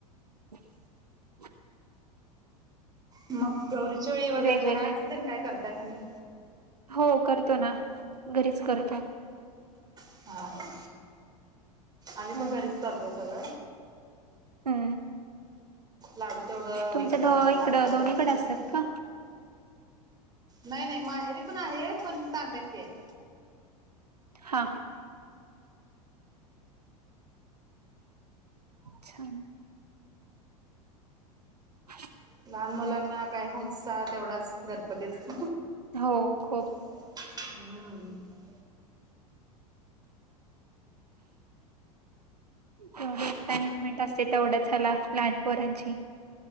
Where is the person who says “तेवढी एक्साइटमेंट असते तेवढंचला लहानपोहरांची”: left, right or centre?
Right